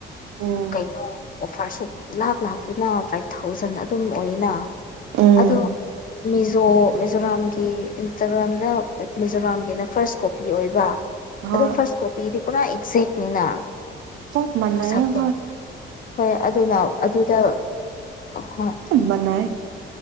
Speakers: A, on the right; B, on the left.
A: ꯎꯝ
B: ꯀꯩꯅꯣ ꯑꯣꯐꯔ ꯁꯨꯛꯂꯥꯛ ꯂꯥꯛꯇꯦꯅ ꯐꯥꯏꯚ ꯊꯥꯎꯖꯟ ꯑꯗꯨꯝ ꯑꯣꯏꯅ
A: ꯎꯝ
B: ꯑꯗꯣ ꯃꯤꯖꯣ ꯃꯤꯖꯣꯔꯥꯝꯒꯤ ꯏꯟꯁꯇꯥꯒ꯭ꯔꯥꯝꯗ ꯃꯤꯖꯣꯔꯥꯝꯒꯤꯅ ꯐꯥꯔꯁ ꯀꯣꯄꯤ ꯑꯣꯏꯕ
A: ꯍꯣꯏ
B: ꯑꯗꯣ ꯐꯥꯔꯁ ꯀꯣꯄꯤꯗꯤ ꯄꯨꯔꯥ ꯑꯦꯛꯖꯦꯛꯅꯤꯅ
A: ꯆꯞ ꯃꯥꯟꯅꯩ
B: ꯃꯁꯛꯇꯣ
A: ꯍꯣꯏ
B: ꯍꯣꯏ ꯑꯗꯨ ꯂꯥꯎ ꯑꯗꯨꯗ ꯍꯣꯏ
A: ꯃꯅꯥꯏ